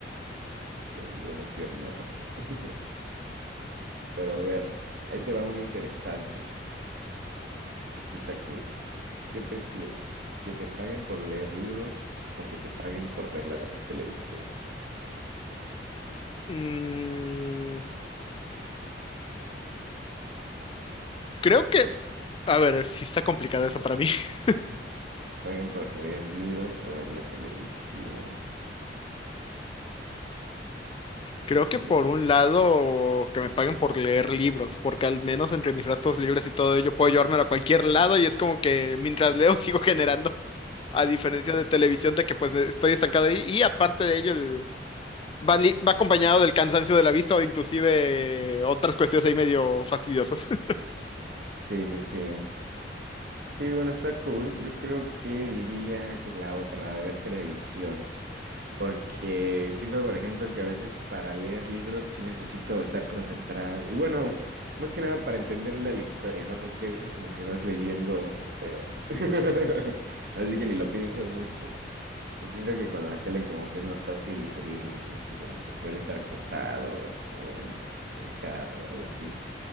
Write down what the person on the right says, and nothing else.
Sí, así con las piernotas. <laughs> Pero a ver, ahí te va una interesante. Este está cool. ¿Qué prefieres? ¿Que te paguen por leer libros o que te paguen por ver la televisión?
Ujú.
Que te paguen por leer libros o ver la televisión.
¿Qué
dirías?
Sí, sí, sí. Sí, bueno, está cool. Yo creo que diría que la otra, la de ver televisión, porque siento, por ejemplo, que a veces para leer libros sí necesito estar concentrado. Y bueno, más que nada para entenderle a la historia, ¿no? Porque a veces como que vas leyendo, pero <laughs> así que ni lo piensas mucho. Y siento que con la tele como que es más fácil digerirlo, así como que puedes estar acostado o o en el carro o algo así,